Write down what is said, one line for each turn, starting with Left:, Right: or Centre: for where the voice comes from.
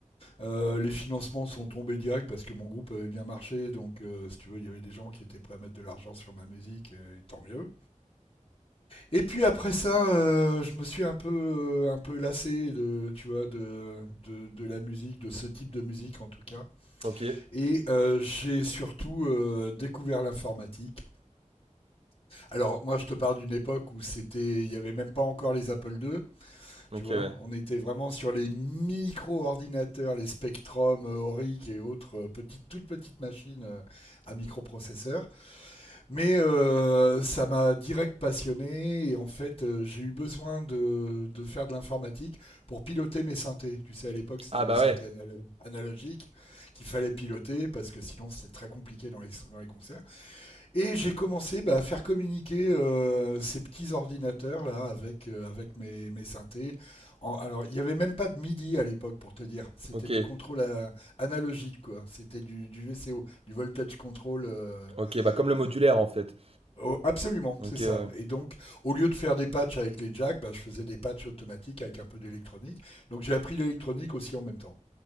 Left: Euh, les financements sont tombés direct parce que mon groupe avait bien marché, donc euh, si tu veux, il y avait des gens qui étaient prêts à mettre de l'argent sur ma musique, et tant mieux. Et puis après ça, euh, je me suis un peu, euh, un peu lassé de, tu vois, de, de, de la musique, de ce type de musique en tout cas.
Right: OK.
Left: Et euh, j'ai surtout euh, découvert l'informatique. Alors moi, je te parle d'une époque où c'était, il n'y avait même pas encore les Apple II.
Right: OK,
Left: Tu vois,
Right: ouais.
Left: on était vraiment sur les micro-ordinateurs, les Spectrum, euh, Auric et autres euh, petites, toutes petites machines euh, à microprocesseurs. Mais euh, ça m'a direct passionné et en fait, euh, j'ai eu besoin de, de faire de l'informatique pour piloter mes synthés. Tu sais, à l'époque, c'était
Right: Ah
Left: les
Right: bah
Left: synthés
Right: ouais,
Left: analo- analogiques qu'il fallait piloter parce que sinon, c'était très compliqué dans les, dans les concerts. Et j'ai commencé bah, à faire communiquer euh, ces petits ordinateurs là avec euh, avec mes, mes synthés. En- alors il n'y avait même pas de MIDI à l'époque pour te dire. C'était
Right: OK.
Left: du contrôle euh, analogique quoi. C'était du, du VCO, du voltage control. euh,
Right: OK, bah comme le modulaire,
Left: euh,
Right: en fait.
Left: oh, absolument,
Right: OK,
Left: c'est ça.
Right: ouais.
Left: Et donc au lieu de faire des patchs avec les jacks, bah, je faisais des patchs automatiques avec un peu d'électronique. Donc j'ai appris l'électronique aussi en même temps.